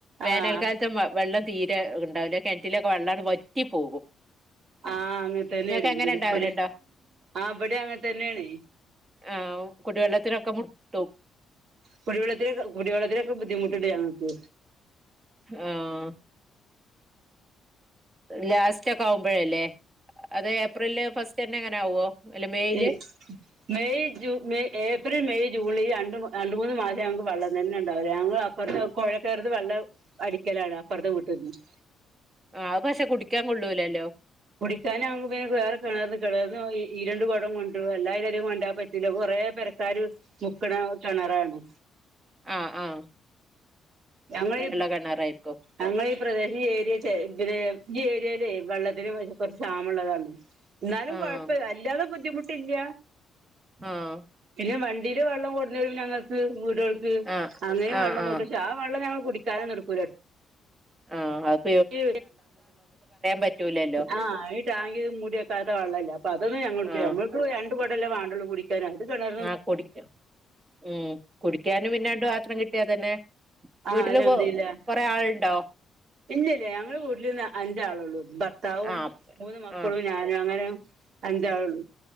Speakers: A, on the right; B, on the right.
A: വേനൽക്കാലത്ത്
B: ആഹ്
A: മ വെള്ളം തീരെ ഉണ്ടാവില്ല കിണറ്റിലൊക്കെ വെള്ളാങ് ട് വറ്റി പോകും.
B: ആ അങ്ങനെ തന്നെയാണ്
A: നിങ്ങൾക്ക് അങ്ങനെ ഉണ്ടാവലുണ്ടോ
B: ഇടെ ആ ഇവിടെ അങ്ങനെ തന്നെയാണ്.
A: ആഹ് കുടിവെള്ളത്തിനൊക്കെ മുട്ടും
B: കുടിവെള്ളത്തിലെ കുടിവെള്ളത്തിലൊക്കെ ബുദ്ധിമുട്ടുണ്ട് ഞങ്ങക്ക്.
A: ആഹ് ലാസ്റ്റ് ഒക്കെ ആവുമ്പോഴല്ലേ അതേ ഏപ്രില് ഫസ്റ്റ് തന്നെ അങ്ങനെ ആവോ. അല്ല മെയില്
B: ശെരി മെയ് ജൂ മെയ് ഏപ്രിൽ മെയ് ജൂലൈ രണ്ട് മാ രണ്ട് മൂന്ന് മാസം ഞങ്ങക്ക് വെള്ളം തന്നെ ഉണ്ടാവില്ല ഞങ്ങളപ്പ പുറത്ത് കൊഴകിറിത് വെള്ളം അടിക്കലാണ് അപ്പറത്ത് വീട്ടിന്ന് -
A: ആഹ് ത് പക്ഷെ കുടിക്കാൻ കൊള്ളൂലല്ലോ
B: കുടിക്കാനാകുമ്പോ വേറെ കിണറ് കിണറ് ഈ രണ്ട് കുടം കൊണ്ടു എല്ലായിരും കൊണ്ടാൻ പറ്റ് ഇല്ല കൊറേ പെരക്കാര് മുക്കണ കിണറാണ്
A: ആ ആ
B: ഞങ്ങൾ
A: കിണറായിരിക്കും
B: ഞങ്ങൾ ഈ പ്രദേശം ഈ ഏരിയ ചെ ഇ ഈ ഏരിയയിലേ വെള്ളത്തിന് <unintelligible> കുറച്ച് ക്ഷാമുള്ളതാണ്. എന്നാലും
A: ആഹ്
B: കുഴപ്പില്ല അല്ലാതെ ബുദ്ധിമുട്ടില്ല.
A: ആഹ്
B: പിന്നെ വണ്ടിയില് വെള്ളം കൊണ്ടുരും ഞങ്ങൾക്ക് വീടുകൾക്ക്
A: ആഹ്
B: അങ്ങനെയും
A: ആഹ്
B: വെള്ളം
A: ആഹ്
B: കൊണ്ട് ക്ഷാമ് വെള്ളം ഞങ്ങള് കുടിക്കാനൊന്നുടുക്കൂല്ല
A: ആഹ് അ
B: <unintelligible>
A: പറ്റൂലല്ലോ
B: ആഹ് ഈടാങ്കിത് മൂടിക്കാത്ത വെള്ളല്ല അപ്പ അതൊന്ന് ഞങ്ങ
A: ആഹ്
B: ഞമ്മൾക്ക് രണ്ട് കുടല്ലേ വാണ്ടൊള്ളൂ കുടി <unintelligible>
A: ആഹ് കുടിക്കും ഉം കുടിക്കാനും പിന്നെ രണ്ട് പാത്രം കിട്ടിയാതന്നെ
B: ആഹ്
A: വീട്ടില്
B: അൽഹംദുലില്ലാഹ്
A: കൊ കൊറെ ആളുണ്ടോ?.
B: ഇല്ലില്ല ഞങ്ങൾ വീട്ടിൽന്ന് അഞ്ചാളുള്ളു ഭർത്താവും
A: ആഹ്
B: മൂന്ന് മക്കളും
A: ആഹ്
B: ഞാനും അങ്ങനെ -- അഞ്ചാളുള്ളു